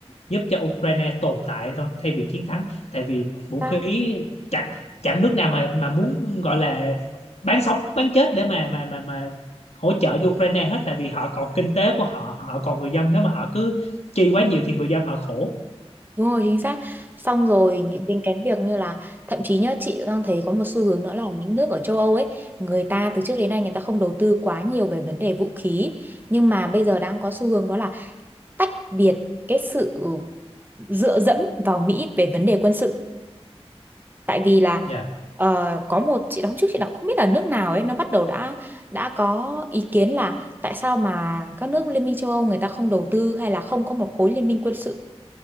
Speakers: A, on the left (about 75°); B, on the right (about 20°).
A: giúp cho Ukraine tồn tại thôi thay vì chiến thắng tại vì vũ
B: Ta-
A: khí chẳng chẳng nước nào mà mà muốn gọi là bán sống bán chết để mà mà mà mà hỗ trợ cho Ukraine hết tại vì họ còn kinh tế của họ họ còn người dân nếu mà họ cứ chi quá nhiều thì người dân họ khổ
B: Đúng rồi chính xác Xong rồi những đến cái việc như là Thậm chí nhá chị đang thấy có một xu hướng nữa là Những nước ở châu Âu ấy Người ta từ trước đến nay người ta không đầu tư quá nhiều về vấn đề vũ khí Nhưng mà bây giờ đang có xu hướng đó là Tách biệt cái sự dựa dẫm vào Mỹ về vấn đề quân sự Tại vì là
A: dạ yeah,
B: ờ, có một chị đóng trước chị đọc không biết là nước nào ấy Nó bắt đầu đã đã có ý kiến là Tại sao mà các nước Liên minh châu Âu người ta không đầu tư Hay là không có một khối liên minh quân sự